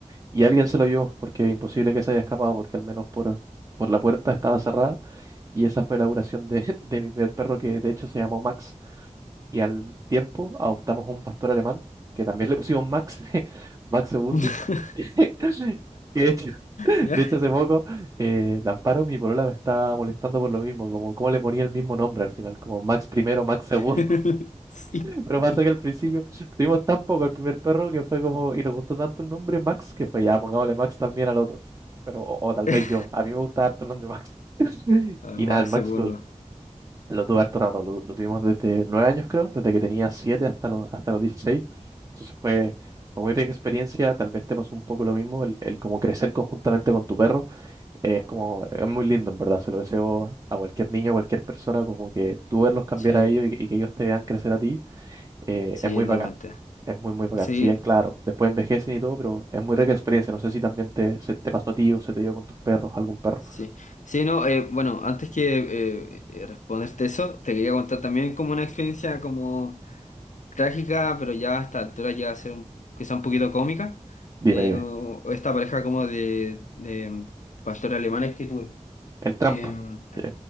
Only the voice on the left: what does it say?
<laughs>
<laughs> ¿Ya?
<laughs> Sí.
sí.
<laughs>
A ver,
Max
segundo.
Mm,
Sí,
sí,
totalmente.
Sí,
sí. Sí, no, eh, bueno, antes que eh, eh, responderte eso, te quería contar también como una experiencia como trágica, pero ya a esta altura llega a ser un- quizá un poquito cómica,
de
uh, esta pareja como de, de, mm, pastores alemanes que tuve.
Em,